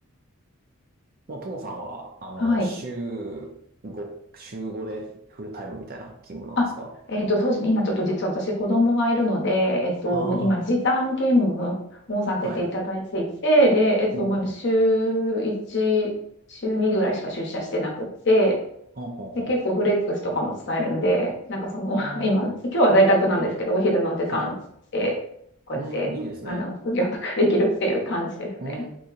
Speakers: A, on the right; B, on the left.
A: もう、トモさんは、あの、
B: はい。
A: 週5、週5でフルタイムみたいな勤務なんですか
B: あえっと、そうですね。今ちょっと実は私子供がいるので、えっと、
A: ああ
B: もう今時短勤務をさせていただいていて、
A: ー、はい。
B: で、えっと、
A: うんうん。
B: まだ週1、週2ぐらいしか出社してなくて、
A: ほうほうほ
B: で、結構フレックスとかも伝えるんで、なんかその、
A: う。
B: <laughs>
A: あ
B: 今、今日は在宅なんですけど、お昼の時間で、
A: あ、はい。
B: こうやって、
A: うーん、いいですね。
B: あの、副業とかできるっていう感じですね。
A: うー